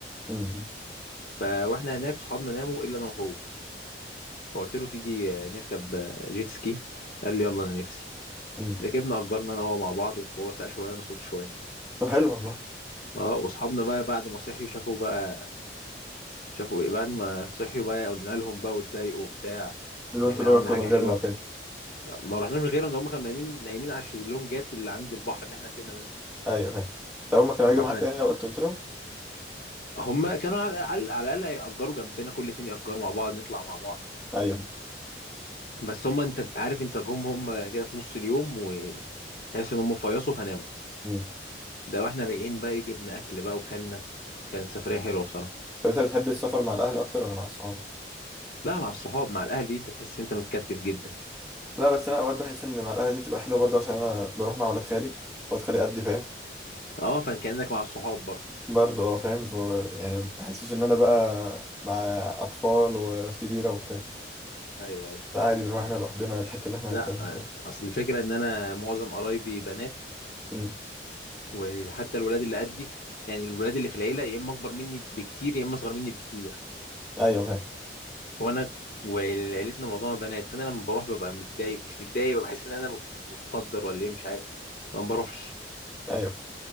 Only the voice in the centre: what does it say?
مم.
مم.
طب حلو والله
اللي
انتوا
لو
رحتوا
من غيرنا
وكده
ايوه فاهم طب هما كانوا هيجوا
معاك يعني لو قلت قلت لهم
ايوه
مم.
طب انت بتحب السفر مع الاهل اكتر ولا مع الصحاب
لا بس انا اوقات بحس ان مع الاهل دي بتبقى حلوه برضه عشان انا بروح مع ولاد خالي ولاد خالي قدي فاهم
برضه اه فاهم ف- يعني ما بحسش ان انا بقى مع اطفال وناس كبيره وبتاع
لا عادي بنروح احنا لوحدنا الحتة اللي احنا عايزينها
فاهم
مم.
ايوه فاهم
ايوه فاهم.